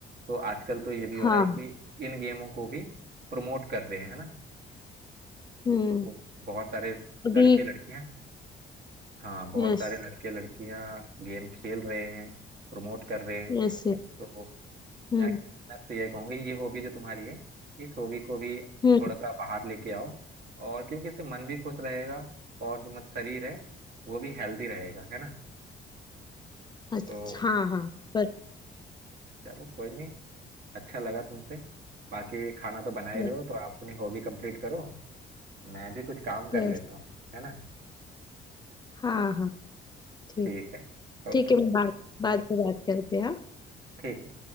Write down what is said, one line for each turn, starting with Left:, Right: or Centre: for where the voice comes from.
Right: तो आजकल तो ये भी हो
Left: हाँ
Right: रहा है कि इन गेमों को भी प्रमोट कर रहे हैं है ना
Left: हम्म
Right: तो बहुत सारे
Left: अभी
Right: लड़के लड़कियां हाँ बहुत
Left: Yes
Right: सारे लड़के लड़कियां गेम खेल रहे हैं प्रमोट कर रहे हैं
Left: yes
Right: तो
Left: हम्म
Right: मैं मैं तो ये कहूँगी ये हॉबी जो तुम्हारी है इस हॉबी को भी
Left: हम्म
Right: थोड़ा सा बाहर लेके आओ और क्योंकि इससे मन भी खुश रहेगा और जो मतलब शरीर है वो भी हेल्दी रहेगा है ना
Left: अच्छा
Right: तो
Left: हाँ हाँ पर
Right: चलो कोई नहीं अच्छा लगा तुमसे बाकी खाना तो बना ही
Left: यस
Right: रहे हो तो आप अपनी हॉबी कंप्लीट करो मैं भी कुछ काम कर
Left: यस
Right: लेता हूँ है ना
Left: हाँ हाँ ठीक
Right: ठीक है ओके
Left: ठीक है मैं बाद बाद में बात करते हैं हाँ?
Right: ठीक है